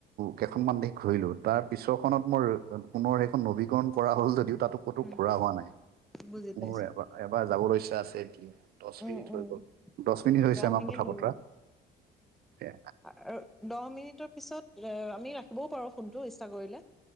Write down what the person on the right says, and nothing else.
কেইখনমান দেশ ঘূৰিলো তাৰ পিছৰখনত মোৰ পুনৰ সেইখন নবীকৰণ কৰা হ'ল যদিও তাতো কতো
ঘুৰা হোৱা নাই
মোৰ এবাৰ এবাৰ যাবলৈ ইচ্ছা আছে কি দহ
মিনিট
হৈ গ'ল দহ
মিনিট হৈছে আমাৰ
কথা
বতৰা
এ,